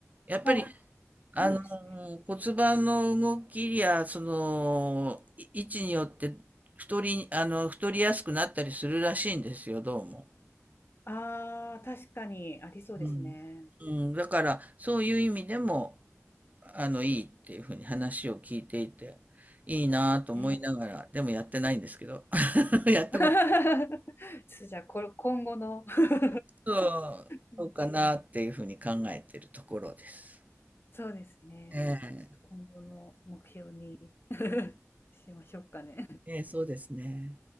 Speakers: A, on the right; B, on the left.
A: やっぱり、
B: あ、
A: あの、
B: いいですね。
A: 骨盤の動きや、その、い位置によって、太り、あの、太りやすくなったりするらしいんですよ、どうも。
B: ああ、確かにありそうですね。
A: うん。うん、だからそういう意味でもあのいいっていうふうに話を聞いていていいなぁと思いながらでもやってないんですけど
B: えー
A: <laughs> やったこと
B: <laughs> ちょっとじゃあ、これ、今後の <laughs>
A: そうそうかなっていうふうに考えてるところです。
B: うんそうですね。
A: ええ
B: じゃあ、ちょっと今後の目標に <laughs> しましょうかね。
A: ええそうですね。